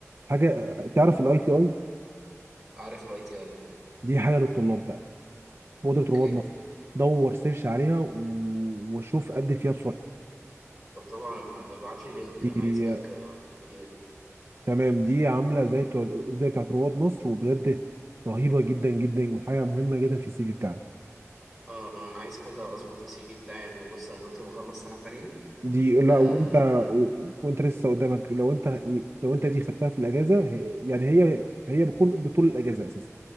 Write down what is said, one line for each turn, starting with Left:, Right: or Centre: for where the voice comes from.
Right: حاجة آه، تعرف الأي تي أي
Centre: عارف الاي تي اي اه
Right: دي حاجة للطلاب بقى مبادرة
Centre: اوكي
Right: رواد مصر دور سيرش عليها و- وشوف قد إيه فيها
Centre: طب طبعا ابع- ابعت لي لينك
Right: بسرعة
Centre: انا عايز لينك اقدم فيها دي
Right: تمام دي عامله زي بتوع زي بتاعت رواد مصر وبجد رهيبه جدا جدا وحاجه مهمه جدا في السي في بتاعك
Centre: اه آه، انا عايز حاجه اظبط السي في بتاعي انا بص انا دلوقتي بخلص سنه تانية
Right: دي لا
Centre: اه
Right: وانت و- وانت لسه قدامك لو انت لو انت دي خدتها في الاجازه هي- يعني هي هي بتكون بطول الاجازه اساسا